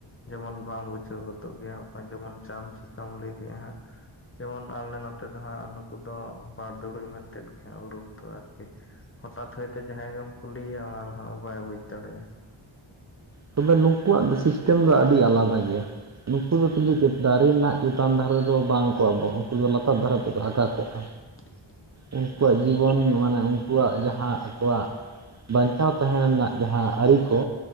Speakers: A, on the left; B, on the right.
A: ᱡᱮᱢᱚᱱ ᱵᱟᱢ ᱵᱩᱡᱷᱟᱹᱣ ᱜᱚᱫᱚᱜ ᱜᱮᱭᱟ ᱡᱮᱢᱚᱱ ᱪᱟᱢ ᱪᱤᱠᱟᱢ ᱞᱟᱹᱭ ᱠᱮᱜᱼᱟ ᱦᱟᱸᱜ᱾ ᱡᱮᱢᱚᱱ ᱟᱞᱮ ᱱᱚᱛᱮ ᱫᱚ ᱦᱟᱸᱜ ᱱᱩᱠᱩ ᱫᱚ ᱵᱟᱲᱫᱩᱲᱩᱡ ᱢᱮᱱᱛᱮ ᱜᱮ ᱦᱟᱸᱜ ᱩᱨᱩᱢ ᱫᱚ ᱟᱨᱠᱤ᱾ ᱦᱚᱴᱟᱛ ᱦᱚᱭᱛᱚ ᱡᱟᱦᱟᱸᱭ ᱜᱮᱢ ᱠᱩᱞᱤᱭ ᱭᱟ ᱚᱱᱟ ᱨᱮᱦᱚᱸ ᱵᱟᱭ ᱵᱩᱡ ᱫᱟᱲᱮᱭᱟᱜᱼᱟ᱾
B: ᱛᱚᱵᱮ ᱱᱩᱠᱩᱣᱟᱜ ᱫᱚ ᱥᱤᱥᱴᱮᱢ ᱫᱚ ᱟᱹᱰᱤ ᱟᱞᱟᱫᱟ ᱜᱮᱭᱟ᱾ ᱱᱩᱠᱩ ᱫᱚ ᱠᱤᱱᱛᱩ ᱫᱟᱨᱮ ᱨᱮᱱᱟᱜ ᱪᱮᱛᱟᱱ ᱫᱷᱟᱨᱮ ᱫᱚ ᱵᱟᱝ ᱠᱚ ᱟᱵᱚᱜᱼᱟ ᱩᱱᱠᱩ ᱫᱚ ᱞᱟᱛᱟᱨ ᱫᱷᱟᱨᱮ ᱛᱮᱠᱚ ᱟᱠᱟ ᱠᱚᱜᱼᱟ᱾
A: <inaudible>
B: ᱩᱱᱠᱩᱣᱟᱜ ᱡᱤᱵᱚᱱ ᱢᱟᱱᱮ ᱩᱱᱠᱩᱣᱟᱜ ᱡᱟᱦᱟᱸ ᱟᱠᱚᱣᱟᱜᱼᱼ ᱵᱟᱸᱧᱪᱟᱣ ᱛᱟᱸᱦᱮ ᱨᱮᱱᱟᱜ ᱡᱟᱦᱟᱸ ᱟᱹᱨᱤ ᱠᱚ